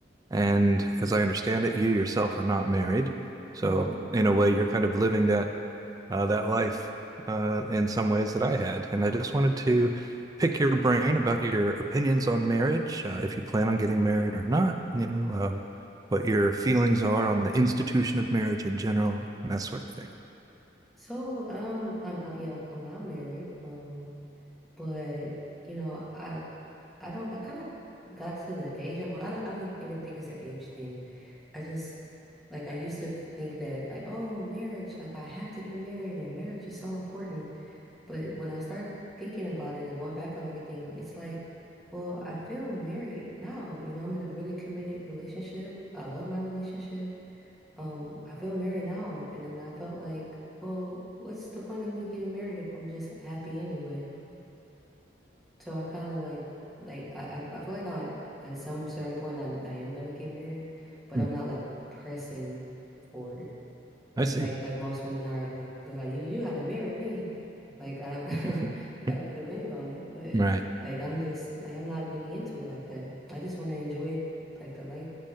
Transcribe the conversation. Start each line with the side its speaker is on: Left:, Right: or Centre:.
Right: And as I understand it, you yourself are not married. So
Centre: hmm
Right: in a way, you're kind of living that uh, that life uh, in some ways that I had. And I just wanted to pick your brain about your opinions on marriage, uh, if you plan on getting married or not, you know, uh, what your feelings are on the institution of marriage in general, and that sort of thing.
Centre: So, um, I'm uh, yeah, I'm not married. Um, but you know, I I don't I kind of got to the age. Well, I don't I don't even think it's an age thing. I just like I used to think that like oh marriage like I have to get married and marriage is so important. But when I started thinking about it and going back on everything, it's like, well, I feel married now. You know, I'm in a really committed relationship. I love my relationship. um, I feel married now, and then I felt like, well, what's the point of me getting married if I'm just happy anyway? So I kind of like, like I, I I feel like I at some certain point I'm I am gonna get married, but
Right: Mm.
Centre: I'm not like pressing for it.
Right: I see.
Centre: Like like most women are like they're like you know you gotta marry me, like I
Right: <laughs>
Centre: <laughs> you gotta put a ring on it. But
Right: Right.
Centre: like I'm just like I'm not really into it like that. I just want to enjoy like the life